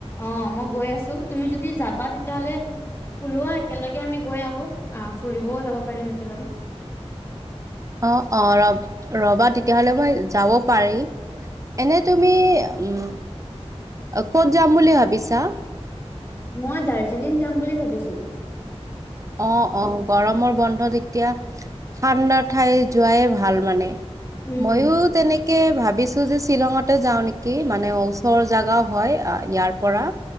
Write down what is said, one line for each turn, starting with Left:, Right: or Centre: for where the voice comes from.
Left: অ মই গৈ আছো, তুমি যদি যাবা তেতিয়াহ'লে ওলোৱা একেলগে আমি গৈ আহো আহ ফুৰিবও যাব পাৰিম একেলগে।
Right: অ অ ৰ ৰ'বা তেতিয়াহ'লে মই যাব পাৰি। এনে তুমি উম ক'ত যাম বুলি ভাবিছা?
Left: মই দাৰ্জিলিং যাম বুলি ভাবিছো।
Right: অ অ গৰমৰ বন্ধত এতিয়া ঠাণ্ডা ঠাই যোৱায়েই ভাল মানে।
Left: উম
Right: ময়ো তেনেক কে ভাবিছো যে শ্বিলঙতে যাওঁ নেকি মানে ওচৰ জাগাও হয় ইয়াৰ পৰা।